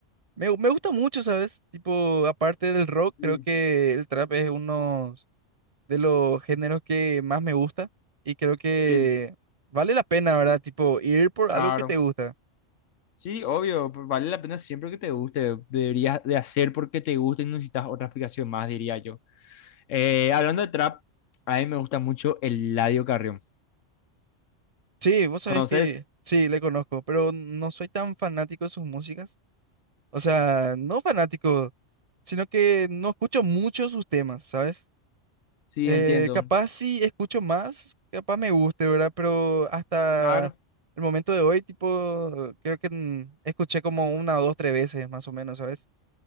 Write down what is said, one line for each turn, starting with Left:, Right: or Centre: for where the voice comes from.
Right: me, gu- me gusta mucho, ¿sabes? Tipo, aparte del rock,
Left: Sí.
Right: creo que el trap es uno de los géneros que más me gusta y creo que
Left: Sí,
Right: vale la pena, ¿verdad? Tipo, ir por algo
Left: claro.
Right: que te gusta.
Left: Sí, obvio, p- vale la pena siempre que te guste. Deberías de hacer porque te gusta y no necesitas otra explicación más, diría yo. Eh, hablando de trap, a mí me gusta mucho el Eladio Carrión.
Right: Sí, vos sabés
Left: ¿Conoces?
Right: que sí, le conozco, pero no soy tan fanático de sus músicas. O sea, no fanático, sino que no escucho mucho sus temas, ¿sabes?
Left: Sí,
Right: Eh,
Left: entiendo.
Right: capaz sí escucho más, capaz me guste, ¿verdad? Pero hasta
Left: Claro.
Right: el momento de hoy, tipo, creo que mm, escuché como una dos, tres veces más o menos, ¿sabes?